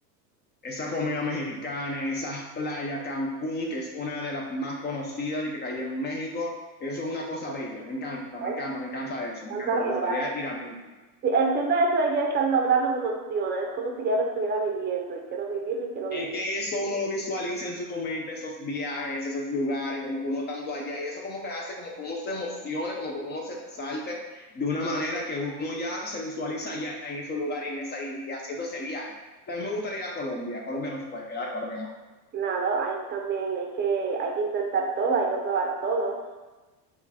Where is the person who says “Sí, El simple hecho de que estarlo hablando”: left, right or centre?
Right